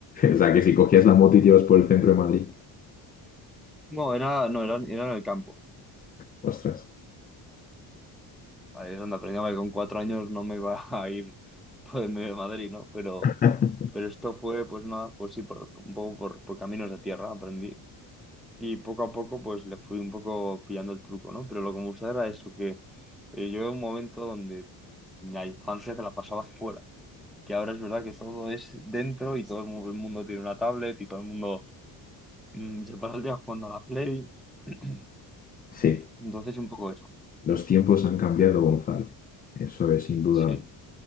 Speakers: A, on the left; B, in the centre.
A: O sea, que si cogías la moto y te ibas por el centro de Madrid.
B: No, era, no, era, era en el campo.
A: Ostras.
B: Vale, es donde aprendí que con cuatro años no me iba a ir por el medio de Madrid, ¿no? Pero,
A: <laughs>
B: pero esto fue, pues nada, pues sí, por, un poco por, por caminos de tierra aprendí. Y poco a poco, pues le fui un poco pillando el truco, ¿no? Pero lo que me gustaba era eso, que eh, yo en un momento donde la infancia te la pasaba fuera, que ahora es verdad que todo es dentro y todo el mu- el mundo tiene una tablet y todo el mundo Mm, se pasa el día jugando a la Play. <clears throat>
A: Sí.
B: Entonces, un poco eso.
A: Los tiempos han cambiado, Gonzalo. Eso es indudable.
B: Sí,